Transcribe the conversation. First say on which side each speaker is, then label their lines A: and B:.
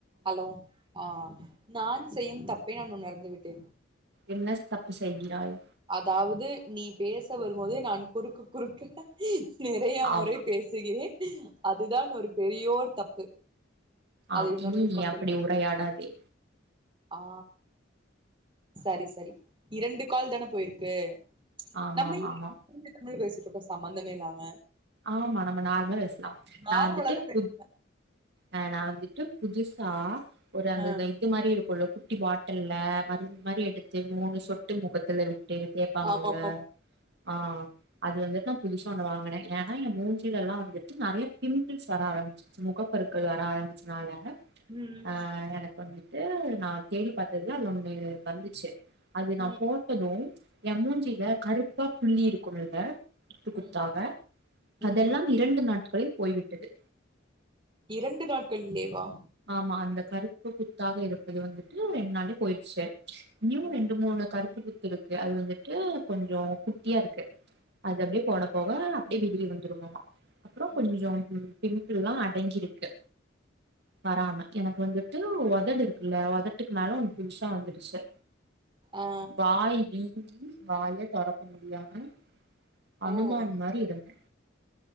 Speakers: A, on the right; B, on the right.
A: hello ஆ நான் செய்யும் தப்பே நான் உணர்ந்து விட்டே
B: என்னஸ் தப்பு செய்கிறாய்
A: அதாவுது நீ பேச வரும்போது நான் குறுக்கு குறுக்க நெறையா
B: ஆம்
A: முறை பேசுகிறேன் அதுதான் ஒரு பெரியோன் தப்பு
B: ஆம்
A: அதை உணர்ந்து
B: இனி நீ
A: கொண்டுள்
B: அப்டி உரையாடாதே
A: ஆ சரி சரி இரண்டு கால் தான போய்ருக்கு
B: ஆமாம்
A: நம்ம ஏ
B: ஆமாம்
A: <inaudible> தமிழ் பேசிட்ருக்கோ சம்பந்தமே இல்லாம
B: ஆமா நம்ம நார்ம்ல பேஸ்லாம்
A: நார்மலாவே
B: நா வந்துட்டு
A: பேசுறே
B: கு அ நா வந்துட்டு புதுசா ஒரு அந்த
A: ஆ
B: இந்த இது மாறி இருக்குல்ல குட்டி பாட்டுல்ல மருந்து மாறி எடுத்து மூனு சொட்டு முகத்துல விட் டு தேப்பாங்கல்ல
A: ஆமாமாம்
B: ஆ அது வந்து நா புது ஒன்னு வாங்குனே ஏன்னா ஏ மூஞ்சிலெல்லா வந்துட்டு நெறையா பிம்பிள்ஸ் வர ஆரம்பிச்சிடுச்சு முகப் பொருட்கள் வர ஆரம்மிச் னால
A: ம்
B: அ எனக் வந்துட் ட்டு நா தேடி பாத்ததுல அது ஒன்னு வந்துச்சு அது நா
A: ம்
B: போட்டதும் ஏ மூஞ்சில கருப்பா புள்ளி இருக்குலங்க குத்து
A: ம்
B: குத்தாக அதெல்லாம்
A: ம்
B: இரண்டு நாட் களில் போய்விட்டது
A: இரண்டு நாட்கள் லீவ்வா
B: ஆமா அந்த கருப்பு குத்தாக இருப்பது வந்துட்டு ரெண்டு நாளே போயிடுச்சு ங்கயு
A: ம்
B: ரெண்டு மூணு கருப் <unintelligible> அது வந்துட்டு கொஞ்சோ குட்டியா இருக்கு அது
A: ம்
B: அப்படியே போடபோக <unintelligible> வந்துரும்மா அப்பறோ கொஞ்சம்
A: ம்
B: பிம்பில்லா அடங்கியிருக்கு வராம எனக்கு வந்துட்டு உதடு இருக்குல்ல உதட்டுக்கு மேல ஒன்னு புதுசா வந்துடுச்சு
A: ஆ
B: வாய் வீங்கி வாய தொறக் க்க முடியாம அனுமான்
A: ஓ
B: மாரியிருந்தே